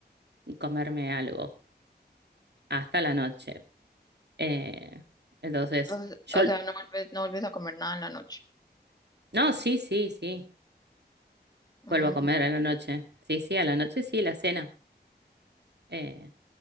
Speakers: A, on the right; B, on the left.
A: y comerme algo hasta la noche. Eh, entonces,
B: O,
A: yo...
B: o sea, no vuelves, no vuelves a comer nada en la noche.
A: No, sí, sí, sí.
B: Mm,
A: Vuelvo a comer a la noche. Sí, sí, a la noche sí, la cena. Eh,